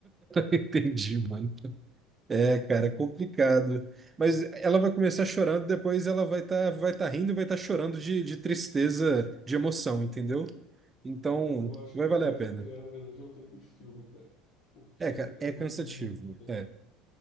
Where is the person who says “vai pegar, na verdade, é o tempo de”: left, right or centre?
Left